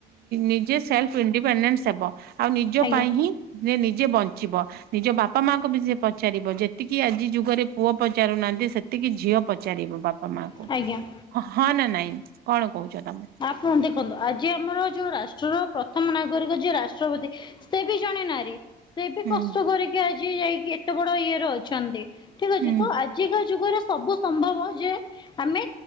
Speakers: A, on the right (about 65°); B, on the left (about 25°).
A: ନିଜେ ସେଲ୍ଫ ଇଣ୍ଡିପେଣ୍ଡେଣ୍ଟ ହେବ। ଆଉ ନିଜ
B: ଆଜ୍ଞା
A: ପାଇଁ ହିଁ ନିଜେ ବଞ୍ଚିବ। ନିଜ ବାପା ମାଙ୍କୁ ବି ସେ ପଚାରିବ ଯେତିକି ଆଜି ଯୁଗରେ ପୁଅ ପଚାରୁନାହାନ୍ତି ସେ ତିକେ ଝିଅ ପଚାରିବ ବାପା ମା କ
B: ଆଜ୍ଞା ଆଜ୍ଞା
A: ହଁ ନା ନାଇଁ କଣ କହୁଛ ତମେ।
B: ହଁ ଦେଖନ୍ତୁ ଆଜି ଆମର ଯେଉଁ ରାଷ୍ଟ୍ରର ପ୍ରଥମ ନାଗରିକ ଯିଏ ରାଷ୍ଟ୍ରପତି ସେ ବି ଜଣେ ନାରୀ ସେବେ
A: ହୁଁ
B: କଷ୍ଟ କରିକି ଆଜି ଯାଇକି ଏତେ ବଡ ଇଏରେ ଅଛନ୍ତି ଠିକ ଅଛି
A: ହୁଁ
B: ତ ଆ ଆଜିକା ଯୁଗରେ ସବୁ ସମ୍ଭବ ଯେ ଆମେ